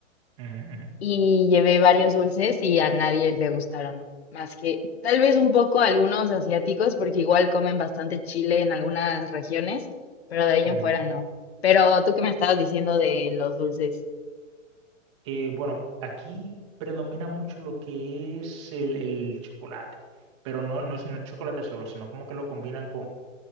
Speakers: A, on the right; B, on the left.
A: Ujú, ujú,
B: y llevé varios dulces y a nadie le gustaron, más que tal vez un poco a algunos asiáticos, porque igual comen bastante chile en algunas regiones, pero de ahí
A: ujú.
B: en fuera no. Pero tú que me estabas diciendo de los dulces,
A: Eh, bueno, aquí predomina mucho lo que es el, el chocolate, pero no, no, es- no es chocolate solo, sino como que lo combinan